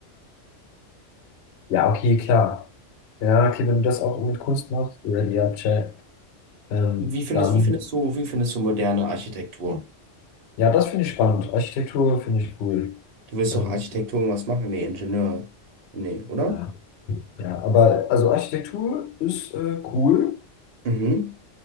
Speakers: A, on the left; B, on the right.
A: Ja, okay, klar. Ja, okay, wenn du das auch mit Kunst machst, ready up, chat. Ähm,
B: Wie findest,
A: dann,
B: wie findest du, wie findest du moderne Architektur?
A: ja, das finde ich spannend. Architektur finde ich cool.
B: Du willst
A: Ähm,
B: doch Architektur was machen? Nee, Ingenieur. Nee, oder?
A: ja, ja, aber also Architektur ist äh, cool.
B: Mhm.